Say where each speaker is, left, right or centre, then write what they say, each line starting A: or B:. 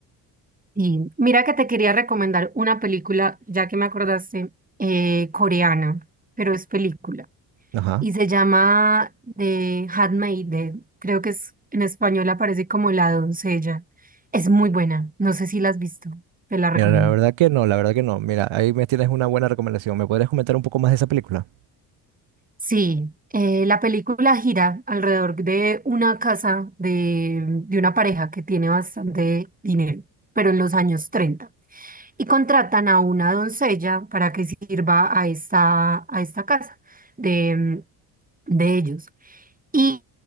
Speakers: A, on the right; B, on the right.
A: Y mira que te quería recomendar una película, ya que me acordaste, eh, coreana, pero es película.
B: Ajá.
A: Y se llama The Handmaiden. Creo que es en español aparece como La doncella. Es muy buena. No sé si la has visto. Te la recomiendo.
B: Mira, la verdad que no, la verdad que no. Mira, ahí me tienes una buena recomendación. ¿Me podrías comentar un poco más de esa película?
A: Sí, eh, la película gira alrededor de una casa de, de una pareja que tiene bastante dinero, pero en los años treinta y contratan a una doncella para que sirva a esta, a esta casa de, de ellos. Y